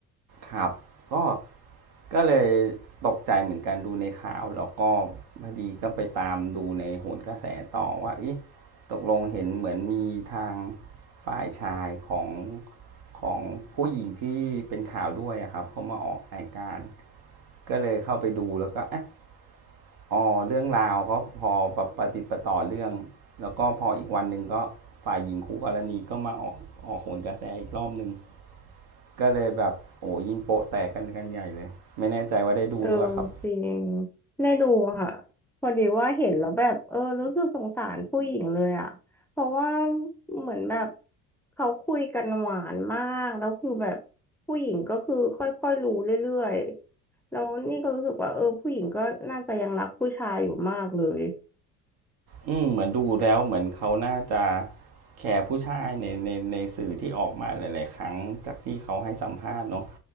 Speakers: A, on the right; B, in the centre.
A: ครับก็ก็เลยตกใจเหมือนกันดูในข่าวแล้วก็พอดีก็ไปตามดูในโหนกระแสต่อว่าเอ๊ะตกลงเห็นเหมือนมีทางฝ่ายชายของของผู้หญิงที่เป็นข่าวด้วยอะครับเขามาออกรายการก็เลยเข้าไปดูแล้วก็เอะอ๋อเรื่องราวก็พอประประติดประต่อเรื่องแล้วก็พออีกวันหนึ่งก็ฝ่ายหญิงคู่กรณีก็มาออกออกโหนกระแสอีกรอบหนึ่ง ก็เลยแบบโอ้ยิงโปะแตกกันกันใหญ่เลยไม่แน่ใจว่าได้ดูหรือเปล่าครับ
B: เออจริงได้ดูค่ะพอดีว่าเห็นแล้วแบบเออรู้สึกสงสารผู้หญิงเลยอ่ะเพราะว่าเหมือนแบบเขาคุยกันหวานมากแล้วคือแบบผู้หญิงก็คือค่อยๆรู้เรื่อยๆแล้วนี่ก็รู้สึกว่าเออผู้หญิงก็น่าจะยังรักผู้ชายอยู่มากเลย
A: อืมเหมือนดูแล้วเหมือนเขาน่าจะแคร์ผู้ชายในในในสื่อที่ออกมาหลายๆครั้งจากที่เขาให้สัมภาษณ์เนาะ